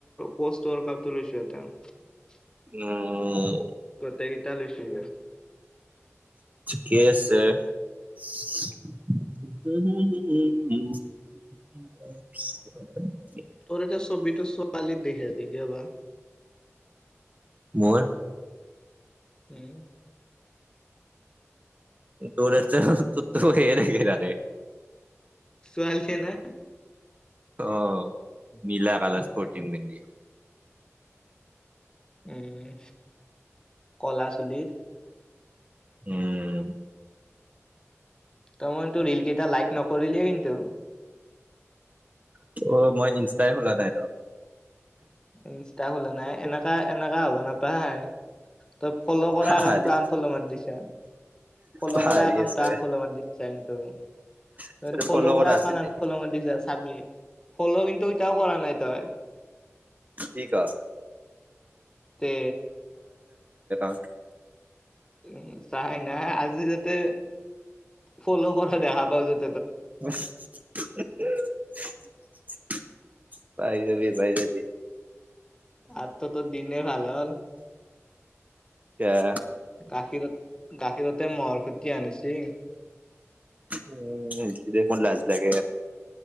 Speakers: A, on the left; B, on the right.
A: post workout টো লৈছো এতিয়া।
B: উম
A: গোটেইকেইটা লৈছো গে।
B: ঠিকে আছে <unintelligible>
A: তৰ এতে ছবিটো ছোৱালীৰ দেখহে, দেখিব পাৰা,
B: মোৰ
A: উম।
B: তোৰ তোৰটোওত সেই দেখে থাকে।
A: ছোৱালী ই না,
B: অ নীলা কালৰ স্পৰ্টিং পিন্ধি।
A: উম কলা চুলিৰ।
B: উম
A: টামান ৰৰিল কেইটা লাইক নকৰিলেই কিন্তু।
B: ত মই ইনষ্টা ই খোলা নাই তো।
A: ইনষ্টা খোলা নাই এনেক, ত এনেকা হ'ব নাপায় তই ফ'ল' কৰা
B: পাহাৰি
A: একাউণ্টটো আনফ'ল' মাৰ দিছ ফ'ল'
B: পাহাৰি
A: কৰা একাউটো
B: আছো
A: আনফ'ল' মাৰ দিছ কি ত
B: এইটো
A: ফ'ল' কৰা এউ
B: আছিল
A: আনফল
B: নেকি
A: মাৰ দিছ চাবি। ফ'ল' কিন্তু এতিয়াও কৰা নাই তই।
B: কি ক'
A: তে
B: <unintelligible> <unintelligible>
A: উম চাই নাই আজি যাতে ফল' কৰা দেখা পাও যত।
B: <unintelligible> পাই যাবি পাই যাবি।
A: <unintelligible> দিলে ভাল হল।
B: এয়া।
A: গাখীৰত গাখীৰতে মহৰ খুটি আনিছে।
B: উম দেখি দেখোন লাজ লাগে।